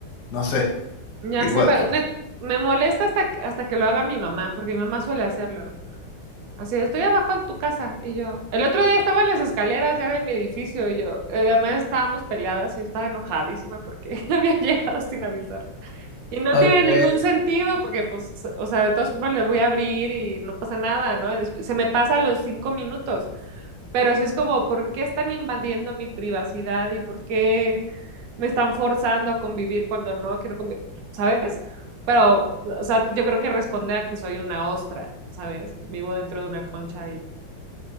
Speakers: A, on the left; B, on the right.
A: no sé,
B: Ya
A: igual.
B: sé, pero net- me molesta hasta, que- hasta que lo haga mi mamá, porque mi mamá suele hacerlo. Así, estoy abajo de tu casa. Y yo, el otro día estaba en las escaleras ya de mi edificio y yo, eh, además estábamos peleadas y yo estaba enojadísima porque <laughs> había llegado sin avisar. Y no
A: Ok.
B: tiene ningún sentido porque, pues, o sea, de todas formas le voy a abrir y no pasa nada, ¿no? Y después- se me pasa a los cinco minutos, pero sí es como, ¿por qué están invadiendo mi privacidad y por qué me están forzando a convivir cuando no quiero convivir? ¿Sabes? Pero, o sea, yo creo que responde a que soy una ostra, ¿sabes? Vivo dentro de una concha y